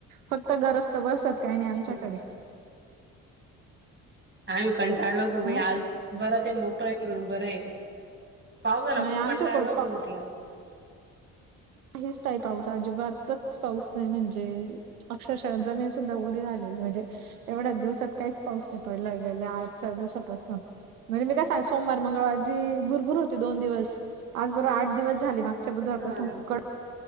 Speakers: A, on the right; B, on the right.
A: फक्त गरज तो बसत काही नाही आमच्याकडे,
B: हं. आम्ही कंटाळलो होतो बाई,
A: हा
B: आज बरं ते मोकळा आहे म्हणून. बरंय पावसाला
A: नाही
B: खूप
A: आमच्याकडे
B: कंटाळलो होतो म्हटलं.
A: काहिच नाही पाऊस, अजिबातच पाऊस नाही म्हणजे अक्षरशः जमीन सुद्धा उली झालेली म्हजे एवढ्या दिवसात काहीच पाऊस नाही पडला गेल्या आजच्या दिवसापासनं म्हणजे मी काय सांग सोमवार मंगळवार जी भुरभूर होती दोन दिवस, आज बरोबर आठ दिवस झाले बा -च बुधवारपासून
B: हां.
A: कड